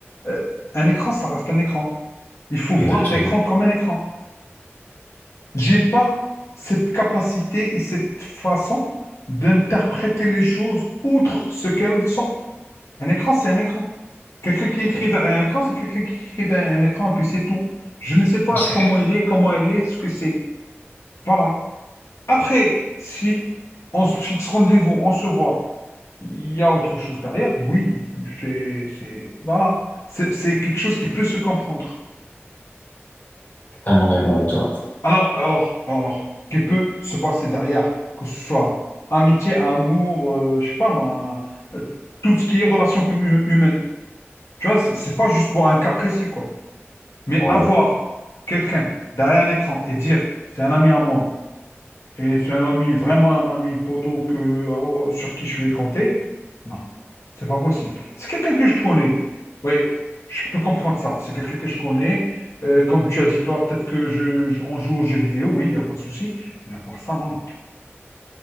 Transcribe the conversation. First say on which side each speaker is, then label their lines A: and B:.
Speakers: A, on the left; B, on the left.
A: euh, un écran, ça reste un écran. Il faut voir
B: Exactement.
A: l'écran comme un écran. J'ai pas cette capacité et cette façon d'interpréter les choses outre ce qu'elles sont. Un écran, c'est un écran. Quelqu'un qui écrit derrière un écran, c'est quelqu'un qui écrit derrière un écran, et puis c'est tout. Je ne sais pas
B: C'est
A: comment
B: clair.
A: il est, comment elle est, ce que c'est. Voilà. Après, si on se fixe rendez-vous, on se voit, il y a autre chose derrière, oui, c'est, c'est, voilà, c'est c'est quelque chose qui peut se comprendre.
B: totalement d'accord avec toi.
A: Alors, alors, alors, qui peut se passer derrière, que ce soit amitié, amour, euh, je sais pas moi, euh, tout ce qui est relation commu- humaine. Tu vois, c'est c'est pas juste pour un cas précis, quoi. Mais
B: Ouais.
A: avoir quelqu'un derrière un écran et dire, c'est un ami à moi Et c'est un ami, vraiment un ami poteau que, euh, sur qui je vais compter. Non, c'est pas possible. C'est quelqu'un que je connais. Oui, je peux comprendre ça. C'est quelqu'un que je connais. Euh, comme tu as dit, toi, peut-être que je, je- on joue aux jeux vidéo. Oui, il n'y a pas de souci. Mais à part ça, non.